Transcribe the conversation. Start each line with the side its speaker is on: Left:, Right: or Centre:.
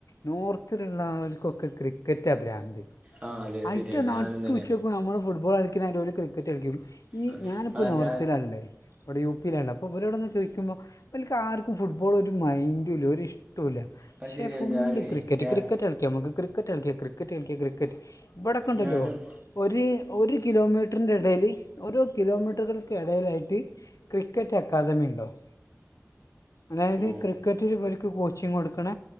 Left: നോർത്തിലുള്ളവർക്കൊക്കെ ക്രിക്കറ്റാ ഭ്രാന്ത്
Right: ആ അതെ
Left: ആയിട്ട
Right: ശരിയാണ്
Left: നട്ടുച്ച
Right: ഞാനും തന്നെ
Left: ഇപ്പോ നമ്മള് ഫുട്ബോൾ കളിക്കുന്ന മാതിരി ഓല് ക്രിക്കറ്റ് കളിക്കും ഈ
Right: ആ
Left: ഞാനിപ്പോൾ
Right: ആ,
Left: നോർത്തിലാ
Right: ഞാൻ
Left: ഉള്ളത് ഇവടെ യു പിയിലാ ഉള്ളത് ഇവരോടൊന്നു ചോദിക്കുമ്പോൾ ഇവൽക്ക് ആർക്കും ഫുട്ബോൾ ഒരു മൈൻഡും ഇല്ല ഒരു ഇഷ്ടമില്ല പക്ഷെ
Right: അത് ശരിയാണ്
Left: ഫുള്ള്
Right: ഞാനുവേ
Left: ക്രിക്കറ്റ്
Right: ഞാൻ
Left: ക്രിക്കറ്റ് കളിക്കാം നമുക്ക് ക്രി ക്രിക്കറ്റ് കളിക്കാ ക്രിക്കറ്റ് കളിക്ക ക്രിക്കറ്റ് ഇവിടൊക്കെ ഉണ്ടല്ലോ
Right: ഞാനും
Left: ഒരു ഒരു കിലോമീറ്ററിൻ്റെ ഇടയിൽ ഓരോ കിലോമീറ്ററുകൾക്ക് ഇടയിലായിട്ട് ക്രിക്കറ്റ് ആക്കാദമി ഉണ്ടാവും അതായത്
Right: ഓ
Left: ക്രിക്കറ്റില് ഇവർക്ക് കോച്ചിങ് കൊടുക്കണ